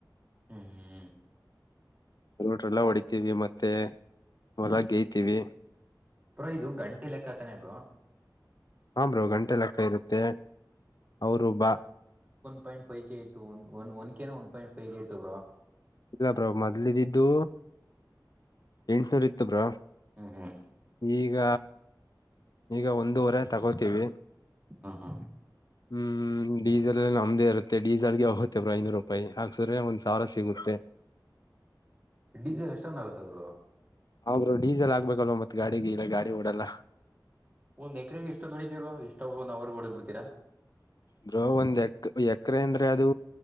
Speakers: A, on the right; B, on the left.
A: ಹ್ಮ್ ಹ್ಮ್ ಹ್ಮ್
B: ರೋಟ್ರೆಲ್ಲ ಹೊಡಿತೀವಿ ಮತ್ತೆ ಹೊಲ ಗೇಯ್ತಿವಿ
A: ಬ್ರೋ ಇದು ಗಂಟೆ ಲೆಕ್ಕಾತಾನೆ ಬ್ರೋ
B: ಹಾ ಬ್ರೋ ಗಂಟೆ ಲೆಕ್ಕ ಇರುತ್ತೆ ಅವರು ಬಾ
A: ಪಾಯಿಂ ಐತ್ತು ಒಂದನ್ಕನ ಒಂದ ಪಾಯಿಟ್ ಫೈವಗೆ ಐತ ಬ್ರಾ
B: ಇಲ್ಲ ಬ್ರೋ ಮೊದ್ಲದಿದ್ದು ಎಂಟನೂರ್ ಇತ್ತುಬ್ರಾ
A: ಹ್ಮ್ ಹ್ಮ್
B: ಈಗ ಈಗ ಒಂದೂವರೆ ತಗೋತೀವಿ
A: ಹ್ಮ ಹ್ಮ
B: ಹ್ಮ್ ಹ್ಮ್ ಡೀಸೆಲ್ ಅ ನಮ್ದೇ ಇರುತ್ತೆ ಡೀಸೆಲ್ಗೆ ಹೋಗುತ್ತೆ ಬ್ರ ಐನೂರು ರೂಪಾಯಿ ಹಾಕ್ಸಿದ್ರೆ ಒಂದ್ ಸಾವಿರ ಸಿಗುತ್ತೆ
A: ಇಡಿದ್ದ ಅಷ್ಟೊನ್ ಆಗುತ್ತೆಬ್ರು
B: ಆ ಬ್ರೋ ಡೀಸೆಲ್ ಆಗ್ಬೇಕಲ್ವ ಮತ್ ಗಾಡಿಗೆ ಇಲ್ಲ ಗಾಡಿ ಓಡಲ್ಲ
A: ಒಂದ್ ಎಕರೆೆಗೆ ಎಷ್ಟ ದುಡಿತತಿರು ಎಷ್ಟ ಅವರು ನಾವ್ರ ಓಡ ಬಿಡ್ತ
B: ಬ್ರೋ ಒಂದ್ ಎ ಎಕರೆ ಅಂದ್ರೆ ಅದು